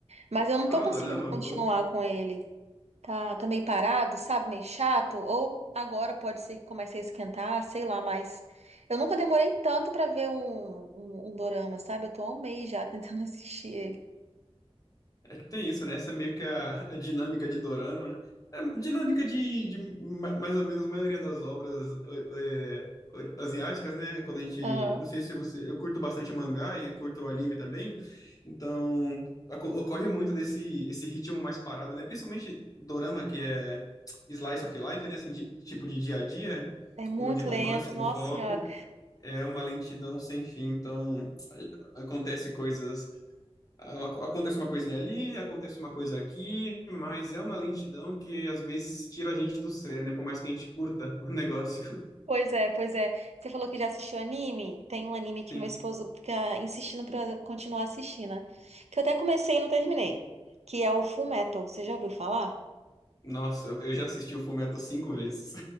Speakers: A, on the right; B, on the left.
A: Mas eu não
B: Ah,
A: tô conseguindo
B: dorama,
A: continuar
B: pô.
A: com ele. Tá, tá meio parado, sabe? Meio chato. Ou agora pode ser que comece a esquentar, sei lá, mas eu nunca demorei tanto pra ver um, um, um dorama, sabe? Eu tô há um mês já tentando <laughs> assistir ele.
B: É que tem isso, né? Essa é meio que a, a dinâmica de dorama. É, dinâmica de, de ma- mais ou menos a maioria das obras é, é, asiáticas, né? Quando a gente.
A: Aham.
B: Não sei se você. Eu curto bastante mangá e curto anime também. Então, aco- ocorre muito desse esse ritmo mais parado, né? Principalmente dorama, que é slice of life, né? Assim, de- tipo de dia a dia,
A: É muito
B: ou de romance
A: lento,
B: com
A: nossa
B: foco.
A: senhora.
B: É uma lentidão sem fim. Então acontece coisas a- Acontece uma coisinha ali, acontece uma coisa aqui, mas é uma lentidão que às vezes tira a gente do sério, né? Por mais que a gente curta o negócio.
A: Pois é, pois é. Você falou que já assistiu anime? Tem um anime
B: <laughs> Sim.
A: que meu esposo fica insistindo pra eu continuar assistindo, né? Que eu até comecei e não terminei. Que é o Full Metal. Você já ouviu falar?
B: Nossa, eu eu já assisti o Fullmetal cinco vezes.